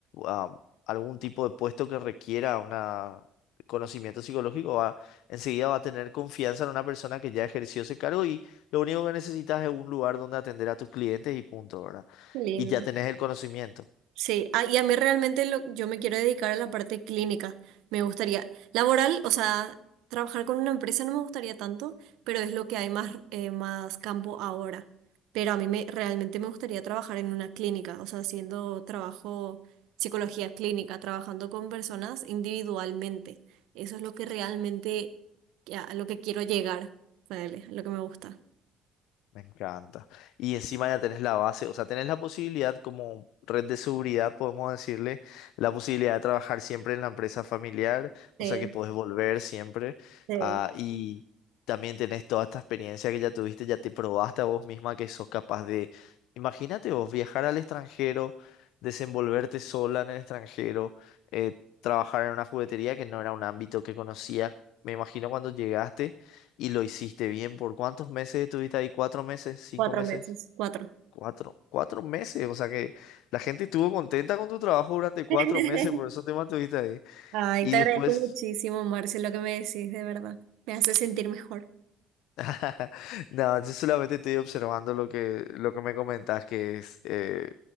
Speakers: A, on the left; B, on the right.
A: a algún tipo de puesto que requiera una conocimiento psicológico, va, enseguida va a tener confianza en una persona que ya ejerció ese cargo y lo único que necesitas es un lugar donde atender a tus clientes y punto, ¿verdad?
B: Qué lindo.
A: Y ya tenés el conocimiento.
B: Sí, ah, y a mí realmente lo- yo me quiero dedicar a la parte clínica. Me gustaría, laboral, o sea, trabajar con una empresa no me gustaría tanto, pero es lo que hay más, eh, más campo ahora. Pero a mí me, realmente me gustaría trabajar en una clínica, o sea, haciendo trabajo, psicología clínica, trabajando con personas individualmente. Eso es lo que realmente, que- a lo que quiero llegar, ponele, a lo que me gusta.
A: Me encanta. Y encima ya tenés la base, o sea, tenés la posibilidad como red de seguridad, podemos decirle, la posibilidad de trabajar siempre en la empresa familiar, o
B: Sí,
A: sea que podés volver siempre.
B: sí,
A: ah, y también tenés toda esta experiencia que ya tuviste, ya te probaste a vos misma que sos capaz de, imagínate vos, viajar al extranjero, desenvolverte sola en el extranjero, eh, trabajar en una juguetería que no era un ámbito que conocías. Me imagino cuando llegaste y lo hiciste bien. ¿Por cuántos meses estuviste ahí? ¿Cuatro meses? ¿Cinco
B: cuatro
A: meses?
B: meses. Cuatro.
A: Cuatro. Cuatro meses. O sea que la gente estuvo contenta con tu trabajo durante cuatro
B: <laughs>
A: meses, por eso te mantuviste ahí.
B: Ay,
A: Y
B: te
A: después...
B: agradezco muchísimo, Marce, lo que me decís, de verdad. Me hace sentir mejor.
A: <laughs> No, yo solamente estoy observando lo que, lo que me comentás, que es... eh,